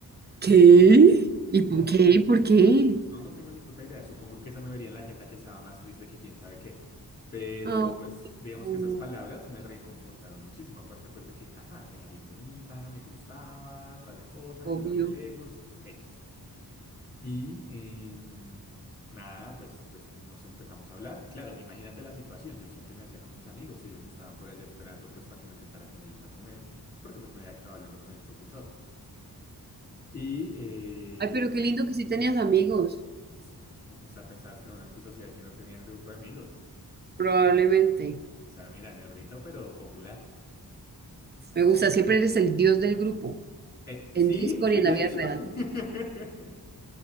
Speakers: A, on the right; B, on the left.
A: ¿Qué?
B: Sí,
A: ¿Y
B: sí.
A: por qué? ¿Por qué?
B: No, no tengo ni puta idea. Supongo que se me vería en la jeta que estaba más triste que quién sabe qué. Pero
A: Ah,
B: pues digamos
A: no,
B: que esas palabras me reconfortaron muchísimo. Aparte pues de que, ajá, era bien bonita, me gustaba, toda la cosa,
A: obvio.
B: yo la veía lejos, X. Y em, nada, pues, pues nos empezamos a hablar. Claro, imagínate la situación. Yo siempre me hacía con mis amigos y ellos me estaban por allá esperando pues para que me sentara con ellos a comer, porque pues me había quedado hablando con el profesor. Y...
A: Ay,
B: em,
A: pero qué lindo que sí tenías amigos,
B: Sí, O sea, pensabas que era un antisocial que no tenía un grupo de amigos.
A: probablemente.
B: O sea, mira, nerdito, pero popular.
A: Me gusta, siempre eres el dios del grupo,
B: Eh,
A: en
B: sí,
A: Discord y
B: de
A: en la vida
B: hecho.
A: real,
B: <laughs>